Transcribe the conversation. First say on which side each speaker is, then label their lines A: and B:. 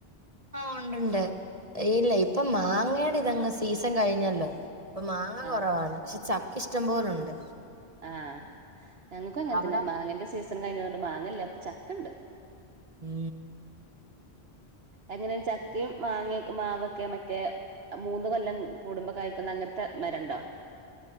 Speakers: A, on the right; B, on the right.
A: ആ ഉണ്ട് ഉണ്ട് ഇല്ല ഇപ്പൊ മാങ്ങയുടെ ഇതങ്ങ് സീസൺ കഴിഞ്ഞല്ലോ അപ്പൊ മാങ്ങ
B: ആഹ്
A: കുറവാണ് പക്ഷെ ച.. ഇഷ്ടംപോലുണ്ട്
B: ആ ഞങ്ങക്ക് അങ്ങനെത്തന്നെ
A: അവിടോ
B: മാങ്ങന്റെ സീസൺ കഴിഞ്ഞത കൊണ്ട് മാങ്ങല്ലേ ഇപ്പൊ ചക്കണ്ട്
A: ഉം
B: എങ്ങനെയ ചക്കയും മാങ്ങ മാവ.. ക്കെ മറ്റേ മൂന്ന് കൊല്ലം കൂടുമ്പോ കഴക്കുന്ന അങ്ങനത്തെ മരം ഉണ്ടോ